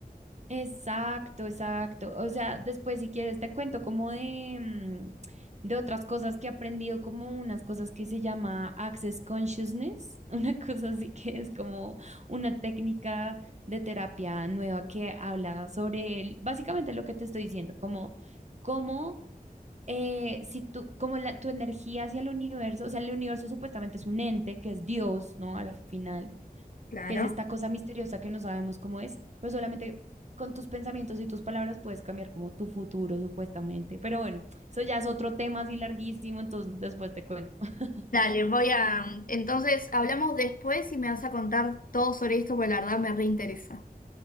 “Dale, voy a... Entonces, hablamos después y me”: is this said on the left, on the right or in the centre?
Left